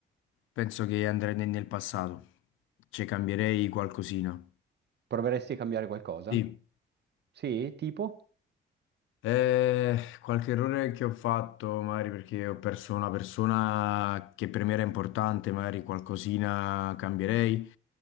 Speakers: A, on the left; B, on the right.
A: penso che andrei nel nel passato. Cioè, cambierei qualcosina.
B: Proveresti a cambiare qualcosa?
A: Sì.
B: Sì, tipo?
A: Eh, qualche errore che ho fatto, magari perché ho perso una persona che per me era importante, magari qualcosina cambierei.